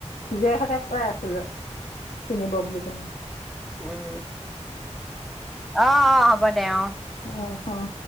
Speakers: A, on the left (about 85°); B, in the centre.
A: জীয়েকহঁতে কাই আছিলে কিনিব বুলি কোন।
B: উম আহ আহ হ'ব দে আহ।
A: অঁ অঁ।